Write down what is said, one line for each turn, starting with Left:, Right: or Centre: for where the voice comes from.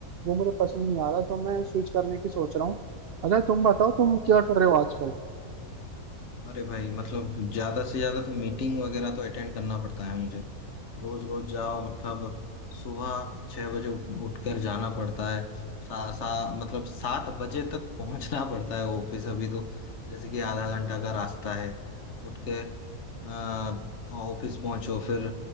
Right: वो मुझे पसंद नहीं आ रहा तो मैं स्विच करने की सोच रहा हूँ अगर तुम बताओ तुम क्या कर रहे हो आजकल
Left: अरे भाई मतलब ज्यादा से ज्यादा तो मीटिंग वगैरह तो अटेंड करना पड़ता है मुझे रोज रोज जाओ मतलब सुबह छह बजे उठ, उठकर जाना पड़ता है सा, सा, मतलब सात बजे तक पहुंचना पड़ता है ऑफिस अभी तो जैसे कि आधा घंटा का रास्ता है उठ के अ, ऑफिस पहुंचो फिर